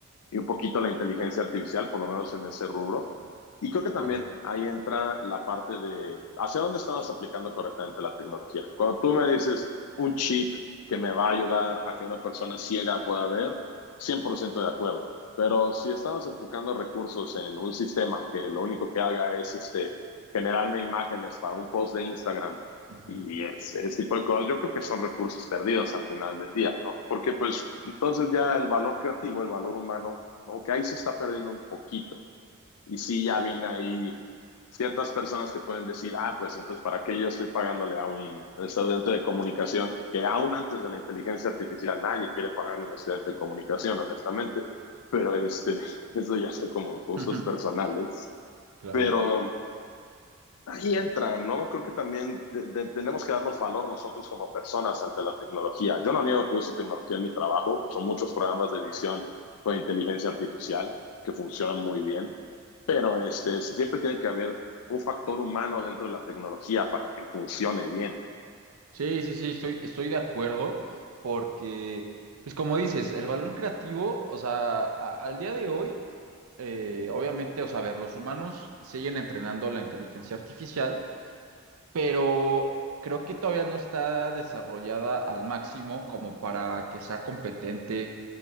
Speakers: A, on the left; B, on the right.
A: y un poquito la inteligencia artificial, por lo menos en ese rubro. Y creo que también
B: Claro.
A: ahí entra la parte de hacia dónde estamos aplicando correctamente la tecnología. Cuando tú me dices un chip que me va a ayudar a que una persona ciega pueda ver, 100% de acuerdo. Pero si estamos enfocando recursos en un sistema que lo único que haga es este, generarme imágenes para un post de Instagram
B: Ujú.
A: y ese, ese tipo de cosas, yo creo que son recursos perdidos al final del día, ¿no? Porque pues entonces ya el valor creativo, el valor humano como que ahí se está perdiendo un poquito. Y sí, ya viene ahí ciertas personas que pueden decir, ah, pues entonces, ¿para qué yo estoy pagándole a un estudiante de comunicación? Que aún antes de la inteligencia artificial nadie quiere pagarle a un estudiante de comunicación, honestamente. Pero este, <laughs> eso ya son como gustos
B: <laughs>
A: personales.
B: Claro.
A: Pero ahí entra, ¿no? Creo que también de, de, tenemos que darnos valor nosotros como personas ante la tecnología. Yo no niego que uso tecnología en mi trabajo, uso muchos programas de edición con inteligencia artificial que funcionan muy bien, pero este, siempre tiene que haber un factor humano dentro de la tecnología para que funcione bien.
B: Sí, sí, sí, estoy, estoy de acuerdo porque, pues como dices, el valor creativo, o sea, a- al día de hoy, eh, obviamente, o sea, a ver, los humanos siguen entrenando la inteligencia artificial pero creo que todavía no está desarrollada al máximo como para que sea competente